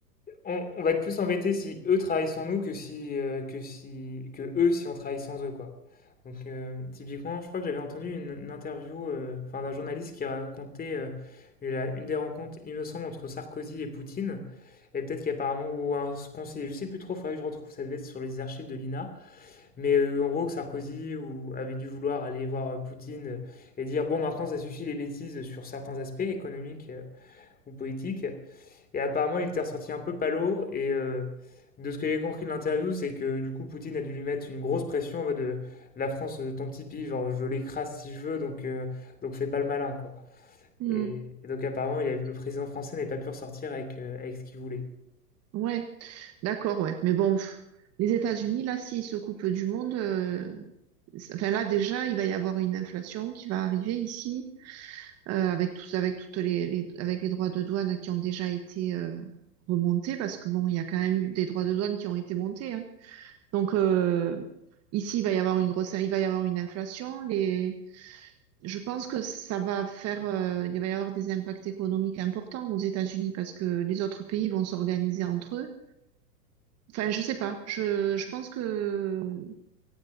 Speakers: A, on the left; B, on the right.
A: On, on va être plus embêté si eux travaillent sans nous que si, euh, que si, que eux si on travaille sans eux, quoi. Donc, euh, typiquement, je crois que j'avais entendu une, une interview euh, enfin, d'un journaliste qui racontait euh, la- une des rencontres, il me semble, entre Sarkozy et Poutine. Et peut-être qu'apparemment, ou un conseiller, je sais plus trop, faudrait que je retrouve, ça devait être sur les archives de l'INA. Mais euh, en gros, que Sarkozy ou, avait dû vouloir aller voir euh, Poutine euh, et dire, bon, maintenant, ça suffit les bêtises sur certains aspects économiques euh, ou politiques. Et apparemment, il était ressorti un peu palo. Et euh, de ce que j'ai compris de l'interview, c'est que du coup, Poutine a dû lui mettre une grosse pression en mode euh, La France, euh, ton petit pays, genre je l'écrase si je veux, donc, euh, donc fais pas le malin, quoi.
B: Mm.
A: Et, et donc, apparemment, il a- le président français n'avait pas pu ressortir avec, euh, avec ce qu'il voulait.
B: Ouais, d'accord, ouais. Mais bon, pff, les États-Unis, là, s'ils se coupent du monde, euh, ça- enfin là déjà, il va y avoir une inflation qui va arriver ici, euh, avec tous, avec toutes les, les- avec les droits de douane qui ont déjà été euh, remontés, parce que bon, il y a quand même eu des droits de douane qui ont été montés, hein. Donc euh, ici, il va y avoir une grosse, il va y avoir une inflation. Les, je pense que ça va faire, euh, il va y avoir des impacts économiques importants aux États-Unis parce que les autres pays vont s'organiser entre eux. Enfin, je sais pas. Je, je pense que,